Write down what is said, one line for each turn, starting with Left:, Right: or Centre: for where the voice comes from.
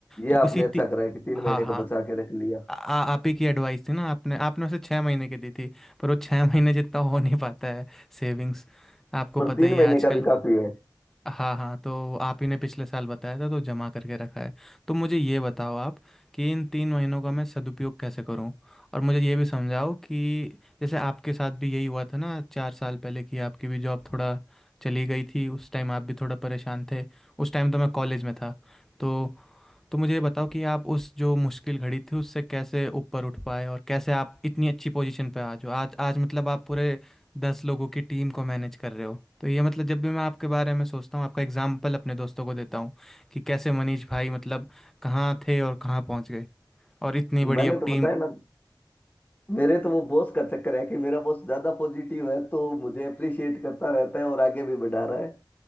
Left: ये
Centre: तो
Left: आपने
Centre: इसी ती...
Left: अच्छा करा है कि तीन
Centre: हाँ
Left: महीने
Centre: हाँ
Left: का बचा के रख लिया
Centre: आ, आ- आप ही की एडवाइस थी ना आपने आपने उसे छः महीने की दी थी पर वो छः महीने जितना हो नहीं पाता है सेविंग्स आपको
Left: पर
Centre: पता
Left: तीन
Centre: ही
Left: महीने
Centre: है आजकल
Left: का भी काफी है
Centre: हाँ हाँ तो आप ही ने पिछले साल बताया था तो जमा करके रखा है तो मुझे ये बताओ आप कि इन तीन महीनों का मैं सदुपयोग कैसे करूं और मुझे ये भी समझाओ कि जैसे आपके साथ भी यही हुआ था ना चार साल पहले कि आपकी भी जॉब थोड़ा चली गई थी उस टाइम आप भी थोड़ा परेशान थे उस टाइम तो मैं कॉलेज में था तो तो मुझे ये बताओ कि आप उस जो मुश्किल घड़ी थी उससे कैसे ऊपर उठ पाए और कैसे आप इतनी अच्छी पोजीशन पे आज हो आज आज मतलब आप पूरे दस लोगों की टीम को मैनेज कर रहे हो तो ये मतलब जब भी मैं आपके बारे में सोचता हूँ आपका एग्जाम्पल अपने दोस्तों को देता हूँ कि कैसे मनीष भाई मतलब कहाँ थे और कहाँ पहुँच गए और इतनी
Left: मैंने
Centre: बड़ी अब
Left: तो
Centre: टीम
Left: बताया ना मेरे तो वो बॉस का चक्कर है कि मेरा बॉस ज्यादा पॉजिटिव है तो मुझे अप्रिशिएट करता रहता है और आगे भी बढ़ा रहा है